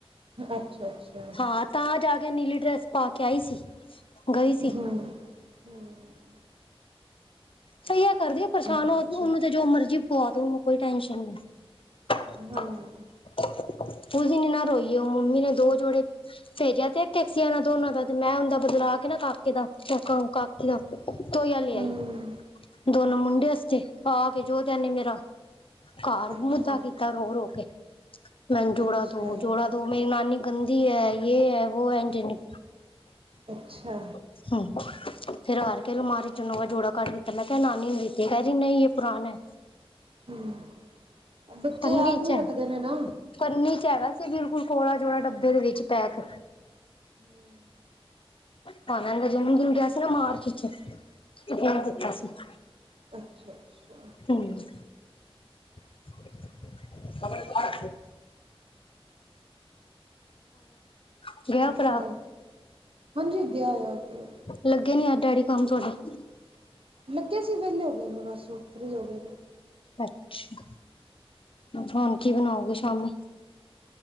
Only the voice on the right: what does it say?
ਅੱਛਾ-ਅੱਛਾ
ਹਮ ਹਮ
ਅੱਛਾ
ਹਾਂਜੀ
ਹਮ
ਅੱਛਾ
ਅੱਛਾ
ਅੱਛਾ
ਹਮ ਬੱਚੇ
ਯਾਦ ਵੀ
ਰੱਖਦੇ ਨੇ ਨਾ।
ਹੂੰ
ਅੱਛਾ- ਅੱਛਾ
ਹੋਰ
ਸੁਨਾਓ ਹਾਂਜੀ ਗਿਆ ਹੋਇਆ ਉਥੇ
ਲੱਗੇ ਸੀ ਵਿਹਲੇ ਹੋ ਗਏ ਨੇ ਬਸ ਫਰੀ ਹੋ ਗਏ ਨੇ।